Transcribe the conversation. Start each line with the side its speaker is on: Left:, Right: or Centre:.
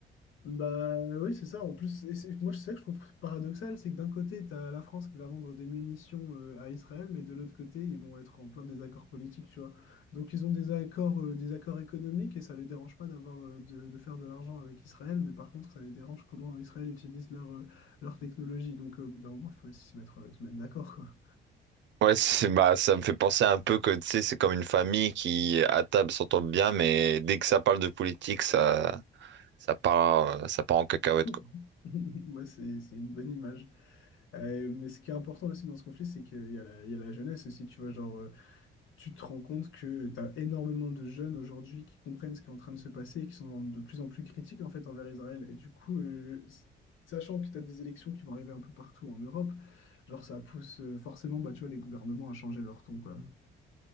Left: Bah oui, c'est ça. En plus, et c'est- moi, c'est ça que je trouve paradoxal, c'est que d'un côté, tu as la France qui va vendre des munitions euh, à Israël, mais de l'autre côté, ils vont être en plein désaccord politique, tu vois. Donc, ils ont des accords, euh, des accords économiques et ça les dérange pas d'avoir euh, de, de faire de l'argent avec Israël, mais par contre, ça les dérange comment Israël utilise leur, euh, leur technologie. Donc, euh, au bout d'un moment, il faut aussi se mettre, euh, se mettre d'accord, quoi.
Right: Ouais, c'est, bah, ça me fait penser un peu que, tu sais, c'est comme une famille qui, à table, s'entend bien, mais dès que ça parle de politique, ça, ça part, euh, ça part en cacahuète,
Left: <laughs>
Right: quoi.
Left: Moi, c'est c'est une bonne image. Euh, mais ce qui est important aussi dans ce conflit, c'est qu'il y a la, il y a la jeunesse aussi, tu vois, genre. euh, tu te rends compte que tu as énormément de jeunes aujourd'hui qui comprennent ce qui est en train de se passer et qui sont de plus en plus critiques en fait envers Israël. Et du coup, euh, sachant que tu as des élections qui vont arriver un peu partout en Europe, genre ça pousse euh, forcément bah, tu vois, les gouvernements à changer leur ton, quoi.